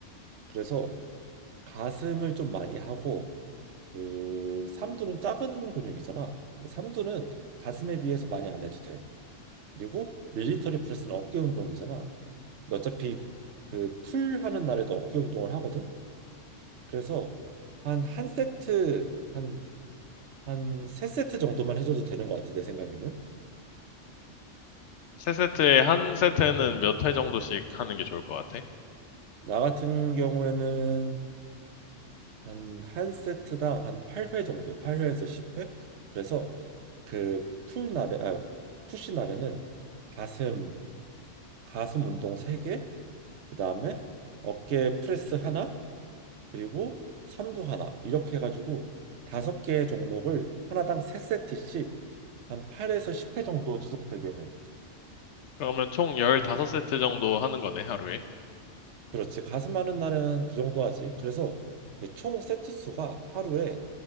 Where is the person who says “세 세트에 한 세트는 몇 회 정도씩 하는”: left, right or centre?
Left